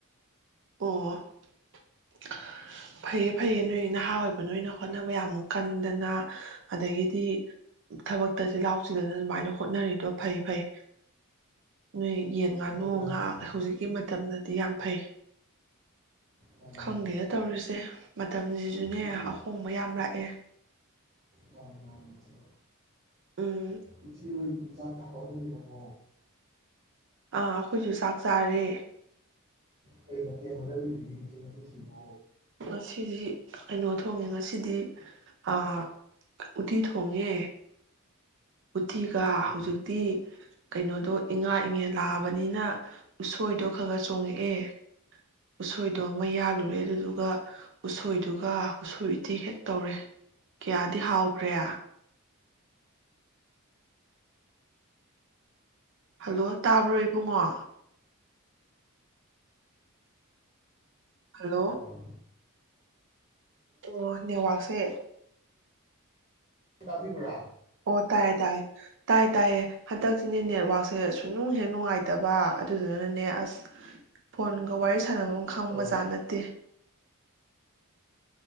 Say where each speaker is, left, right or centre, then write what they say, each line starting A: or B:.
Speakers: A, on the right; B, on the right.
A: ꯑꯣ <unintelligible> ꯐꯩꯌꯦ ꯐꯩꯌꯦ ꯅꯣꯏ ꯅꯍꯥ ꯑꯣꯏꯕ ꯅꯣꯏꯅ ꯍꯣꯠꯅꯕ ꯌꯥꯝꯃꯨꯛ ꯀꯟꯗꯅ ꯑꯗꯒꯤꯗꯤ ꯊꯕꯛꯇ ꯆꯤꯜꯍꯥꯎ ꯊꯤꯗꯗꯅ ꯁꯨꯃꯥꯏꯅ ꯍꯣꯠꯅꯔꯤꯗꯣ ꯐꯩ ꯐꯩ꯫ ꯅꯣꯏ ꯌꯦꯟ ꯉꯥꯅꯨ
B: ꯃꯥꯅꯤ ꯃꯥꯅꯤ
A: ꯉꯥ
B: ꯏꯆꯦ
A: ꯍꯧꯖꯤꯛꯀꯤ ꯃꯇꯝꯗꯗꯤ ꯌꯥꯝ ꯐꯩ꯫
B: ꯃꯥꯅꯤ
A: ꯈꯪꯗꯦꯅꯦ
B: ꯃꯥꯅꯤ ꯏꯆꯦ
A: ꯇꯧꯔꯤꯁꯦ ꯃꯇꯝꯁꯤꯁꯨꯅꯦ
B: ꯏꯆꯦ
A: ꯑꯍꯣꯡꯕ ꯌꯥꯝ ꯂꯥꯛꯑꯦ꯫
B: ꯃꯥꯅꯤ ꯃꯥꯅꯤ ꯏꯆꯦ
A: ꯎꯝ
B: ꯏꯆꯦ ꯍꯣꯏꯗꯤ ꯆꯥꯛꯀ ꯍꯣꯠꯅꯕꯤꯔꯕꯣ
A: ꯑꯥ ꯑꯩꯈꯣꯏꯁꯨ ꯆꯥꯛ ꯆꯥꯔꯦ꯫
B: ꯀꯩ ꯃꯊꯦꯟ ꯍꯣꯠꯅꯕꯤꯔꯒꯦ ꯏꯆꯦ ꯉꯁꯤꯁꯤꯕꯣ꯫
A: ꯉꯁꯤꯗꯤ ꯀꯩꯅꯣ ꯊꯣꯡꯉꯦ ꯉꯁꯤꯗꯤ ꯑ ꯎꯠꯇꯤ ꯊꯣꯡꯉꯦ ꯎꯇꯤꯒ
B: ꯑꯣ
A: ꯍꯧꯖꯤꯛꯇꯤ ꯀꯩꯅꯣꯗꯣ ꯏꯉꯥ ꯏꯉꯦ ꯂꯥꯛꯑꯕꯅꯤꯅ ꯎꯁꯣꯏꯗꯣ ꯈꯔ ꯈꯔ ꯆꯣꯡꯉꯛꯑꯦ ꯎꯁꯣꯏꯗꯣ ꯑꯃ ꯌꯥꯜꯂꯨꯔꯦ ꯑꯗꯨꯗꯨꯒ ꯎꯁꯣꯏꯗꯨꯒ ꯎꯁꯣꯏꯗꯤ ꯍꯦꯛ ꯇꯧꯔꯦ ꯀꯌꯥꯗꯤ ꯍꯥꯎꯈ꯭ꯔꯦ ꯍꯜꯂꯣ ꯇꯥꯕ꯭ꯔꯣ ꯏꯕꯨꯡꯉꯣ ꯍꯜꯂꯣ
B: ꯑꯣ
A: ꯑꯣ ꯅꯦꯠꯋꯥꯔꯛꯁꯦ
B: ꯇꯥꯕꯤꯕ꯭ꯔꯥ
A: ꯑꯣ ꯇꯥꯏ ꯇꯥꯏ ꯇꯥꯏ ꯇꯥꯏꯌꯦ ꯍꯟꯗꯛꯁꯤꯅꯦ ꯅꯦꯠꯋꯛꯁꯦ ꯁꯨꯅꯨꯡ ꯍꯦ ꯅꯨꯡꯉꯥꯏꯇꯕ ꯑꯗꯨꯗꯨꯅꯅꯦ ꯑꯁ ꯐꯣꯟꯒ ꯋꯥꯔꯤ ꯁꯥꯟꯅꯕ ꯑꯃ ꯈꯪꯕꯖꯥꯠ
B: ꯑꯣ
A: ꯅꯠꯇꯦ